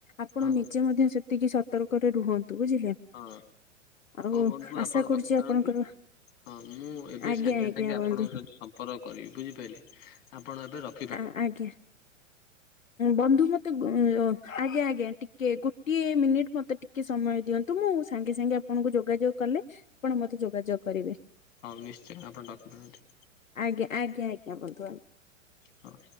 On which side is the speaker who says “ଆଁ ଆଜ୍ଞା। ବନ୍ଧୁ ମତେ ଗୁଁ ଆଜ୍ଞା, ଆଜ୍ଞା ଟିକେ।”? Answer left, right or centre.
Left